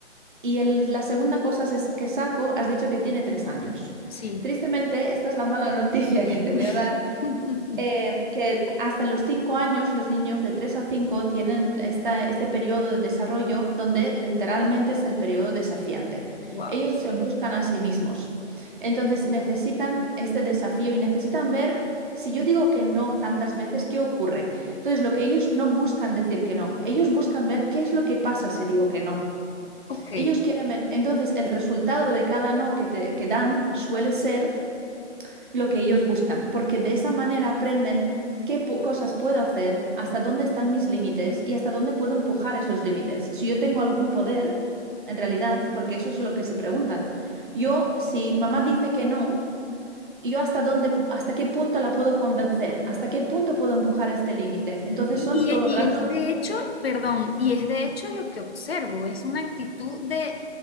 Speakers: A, on the right; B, on the left.
A: Y el- la segunda cosa es que saco, has dicho que tiene tres años.
B: sí.
A: Tristemente, esta es la mala <laughs> noticia que te voy
B: <laughs>
A: a dar, eh, que hasta los 5 años los niños de 3 a 5 tienen esta- este periodo de desarrollo donde literalmente es el periodo desafiante.
B: Wow.
A: Ellos se buscan a sí mismos. Entonces necesitan este desafío y necesitan ver, si yo digo que no tantas veces, ¿qué ocurre? Entonces lo que ellos no buscan decir que no, ellos buscan ver qué es lo que pasa si digo que no.
B: Ok.
A: Ellos
B: Y,
A: quieren ver, entonces el resultado de cada no que, te- que dan suele ser lo que ellos buscan, porque de esa manera aprenden qué pu- cosas puedo hacer, hasta dónde están mis límites y hasta dónde puedo empujar esos límites. Si yo tengo algún poder, en realidad, porque eso es lo que se preguntan. Yo, si mamá dice que no, yo hasta dónde, hasta qué punto la puedo convencer, hasta qué punto puedo empujar este límite. Entonces
B: y-
A: son todo
B: y
A: el rato,
B: es de hecho, perdón, y es de hecho lo que observo, es una actitud de,